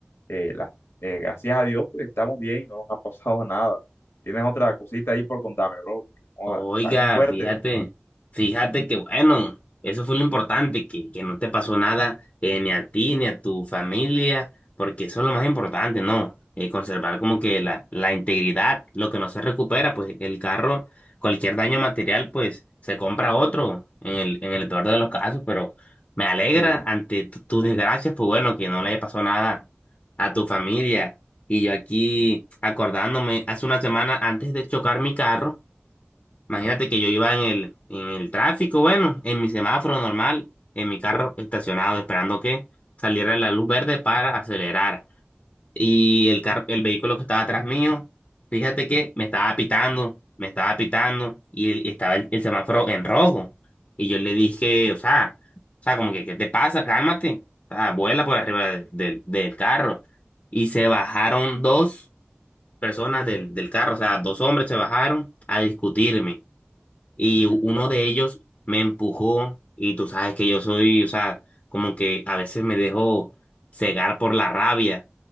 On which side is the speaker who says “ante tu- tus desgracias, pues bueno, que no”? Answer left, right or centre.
Left